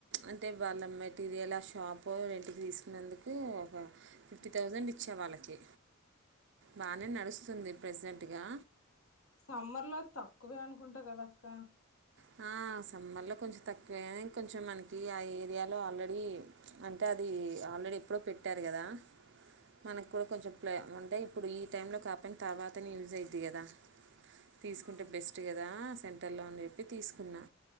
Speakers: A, on the right (about 60°); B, on the left (about 80°).
A: అంటే వాళ్ళ మెటీరియల్ ఆ షాపు రెంట్ కి తీసుకున్నందుకు ఒక ఫిఫ్టీ థౌజండ్ ఇచా వాళ్ళకి బానే నడుస్తుంది ప్రెసెంట్ అట్టిగా
B: సమ్మర్ లో తక్కువే అనుకుంటా కదా అక్క
A: హ సమ్మర్లో కొంచెం తక్కువె కొంచెం మనకి ఆ ఏరియాలో ఆల్రెడీ అంటే అది ఆల్రెడీ ఎప్పుడో పెట్టారు కదా మనకు కూడా కొంచెం ప్లే అంటే ఇప్పుడు ఈ టైంలో కాపాయిన తర్వాత యూజ్ అవుది కదా తీసుకుంటే
B: ఆ
A: బెస్ట్ కదా సెంటర్లో అని చెప్పి తీసుకున్నా